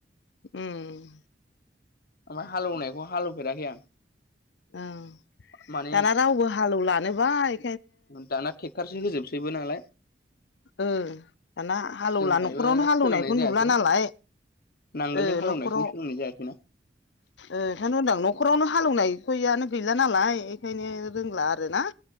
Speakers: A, on the left; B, on the left.
A: उम।
B: ओमफ्राय हालवनायखौ हालेफेराखै आं।
A: औ
B: माने
A: दाना रावबो हालेवलानोबाय
B: दाना ट्रेक्टरसो होजोबसैबो नालाय।
A: ओ दाना हालेवला
B: जोंहायबो
A: न'खरावनो हालेवनायखौ
B: सोलोंनाय जायासै
A: नुला नालाय
B: नांगोलजों
A: ओ
B: हालेवनायखौबो
A: न'खराव
B: सोलोंनाय जायासै ना।
A: ओंखायनो होनदां न'खरावनो हालेवनायखौयानो गैला नालाय बेखायनो रोंला आरो ना।